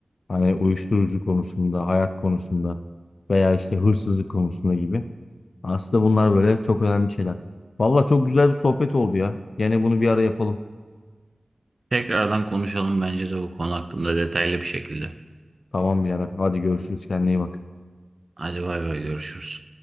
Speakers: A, on the left; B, on the right.
A: Hani uyuşturucu konusunda, hayat konusunda veya işte hırsızlık konusunda gibi. Aslında bunlar böyle çok önemli şeyler. Valla çok güzel bir sohbet oldu ya. Gene bunu bir ara yapalım.
B: tekrardan konuşalım bence de bu konu hakkında detaylı bir şekilde.
A: Tamam birader. Hadi görüşürüz. Kendine iyi bak.
B: Hadi bay bay görüşürüz.